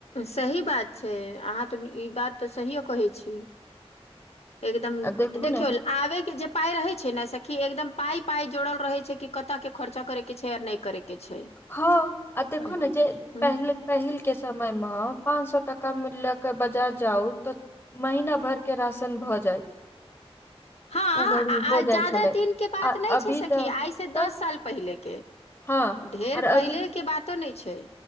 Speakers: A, on the left; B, on the left.
A: सही बात छै अहाँ तऽ ई बात तऽ सहिये कहै छी एकदम
B: आ देखू
A: देखियौ
B: ने
A: आबे के जे पाय रहे छै नऽ सखी एकदम पाय पाय जोड़ल रहे छै की केतअ के खर्चा करे के छै और नहि करे के छै
B: हँ आ देखो
A: हूँ,
B: नऽ जे
A: हूँ।
B: पहिले पहिलके समयमे पाँच सौ टाकामे लऽ कऽ बाजार जाउ तऽ महीना भर के राशन भऽ जाय
A: हँ
B: उ घड़ी
A: आ
B: हो
A: आ
B: जाइ
A: जादा
B: छलै
A: दिन के बात
B: आ
A: नहि
B: अभी
A: छै सखी
B: तऽ
A: आइ से
B: तऽ
A: दस साल पहिले के
B: हँ
A: ढेर
B: आर अभी
A: पहिले के बातो नहि छै